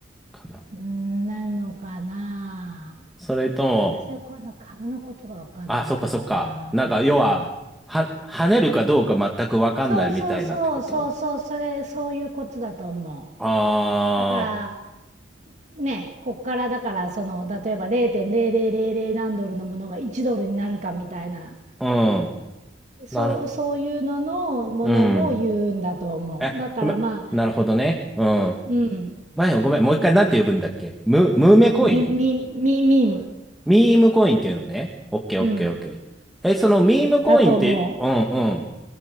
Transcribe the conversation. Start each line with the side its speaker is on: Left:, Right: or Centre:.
Centre: かな。
Right: うなのかな
Centre: それとも、
Right: 私は今度株のことが分かんないからな
Centre: あ、そっかそっか。なんか、要は、は、跳ねるかどうか全くわかんないみたいなってこと
Right: そうそうそうそうそうそれそういうことだと思
Centre: あ
Right: うだからね、こっからだからその例えば0.0000何ドルのものが1ドルになるかみたいな
Centre: あー、う
Right: そうそういうののものを言うんだと思うだからまあ
Centre: ん。なる、うん。え、ごめん。なるほどね。うん。
Right: うん
Centre: 前、ごめん、もう一回なんて呼ぶんだっけム、ムーメコイン
Right: ミミミミーム、
Centre: ミームコインっていうのね。オッケーオッケーオッケー。
Right: うん、
Centre: え、そのミームコインって、
Right: だと思
Centre: うんうん。